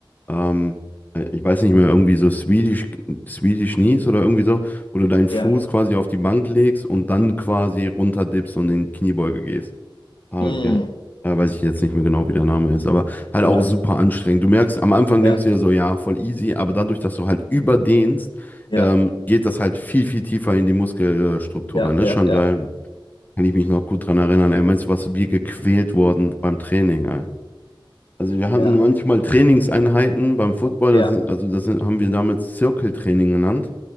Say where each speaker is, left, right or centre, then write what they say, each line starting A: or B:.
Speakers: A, on the left (about 20°); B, on the left (about 65°).
A: Ähm, äh, ich weiß nicht mehr, irgendwie so Swedish, Swedish Knees oder irgendwie so, wo du deinen
B: ja.
A: Fuß quasi auf die Bank legst und dann quasi runterdippst und in Kniebeuge gehst. Ah,
B: Mm,
A: ja, äh, weiß ich jetzt nicht mehr genau, wie der Name ist, aber halt
B: ja,
A: auch super anstrengend. Du merkst, am Anfang
B: ja,
A: denkst du dir so, ja, voll easy, aber dadurch, dass du halt überdehnst,
B: ja,
A: ähm, geht das halt viel, viel tiefer in die Muskelstruktur
B: ja,
A: rein. Das
B: ja,
A: ist schon
B: ja,
A: geil. Kann ich mich noch gut dran erinnern. Ey, meinst du, was wir gequält wurden beim Training, ey? Also wir hatten
B: ja, ja.
A: manchmal Trainingseinheiten beim Football,
B: ja.
A: das sind, also das sind, haben wir damals Zirkeltraining genannt.